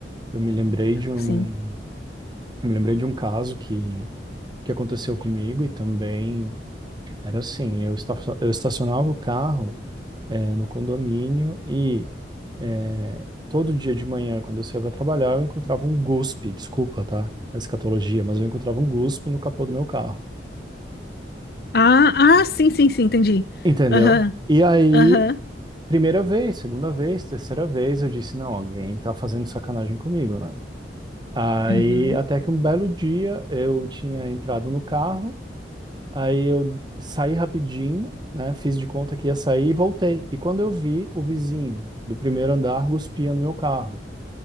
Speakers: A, on the right (about 25°); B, on the left (about 60°).
A: Eu me lembrei de um,
B: Sim.
A: me lembrei de um caso que, que aconteceu comigo e também era assim, eu, esta, eu estacionava o carro eh, no condomínio e eh, todo dia de manhã, quando eu saía para trabalhar, eu encontrava um guspe, desculpa, tá? A escatologia, mas eu encontrava um guspe no capô do meu carro.
B: Ah, ah, sim, sim, sim, entendi.
A: Entendeu?
B: Aham,
A: E aí,
B: aham.
A: primeira vez, segunda vez, terceira vez, eu disse, não, alguém tá fazendo sacanagem comigo, né? Aí,
B: Uhum,
A: até que um belo dia, eu tinha entrado no carro, Aí eu saí rapidinho, né? Fiz de conta que ia sair e voltei. E quando eu vi o vizinho do primeiro andar guspia no meu carro.